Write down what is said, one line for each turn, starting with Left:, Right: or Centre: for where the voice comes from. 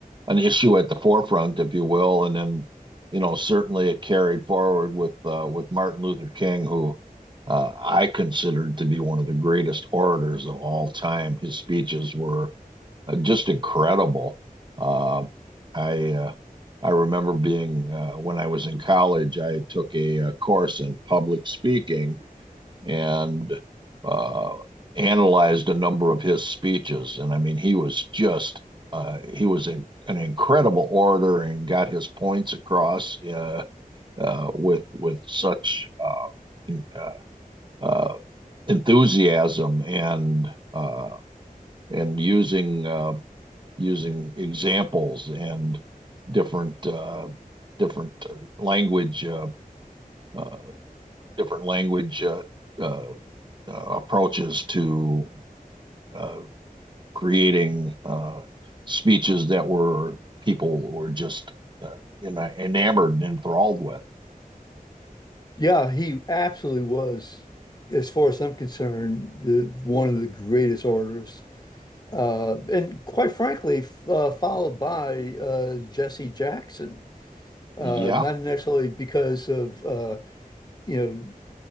Right: an issue at the forefront, if you will, and then you know certainly it carried forward with uh, with Martin Luther King, who uh, I considered to be one of the greatest orators of all time. His speeches were uh, just incredible. Uh, I uh, I remember being uh, when I was in college, I took a, uh course in public speaking and uh, analyzed a number of his speeches. And I mean, he was just, uh, he was in, an incredible orator and got his points across uh, uh, with, with such uh, uh, uh, enthusiasm and, uh, and using, uh, using examples and different, uh, different language, uh, uh, different language uh, uh, uh, approaches to uh, creating uh, speeches that were people were just uh, enamored and enthralled with.
Left: Yeah, he absolutely was, as far as I'm concerned, the, one of the greatest orators uh, and quite frankly, f- uh, followed by uh, Jesse Jackson. Uh,
Right: Yeah,
Left: not necessarily because of uh, you know,